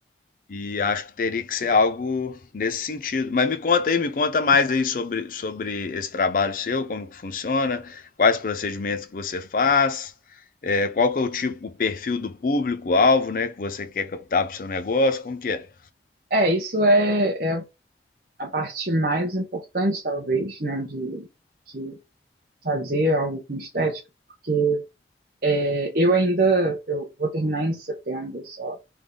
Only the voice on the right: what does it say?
É, isso é, é a parte mais importante, talvez, né, de, de fazer algo com estética, porque é, eu ainda, eu vou terminar em setembro só,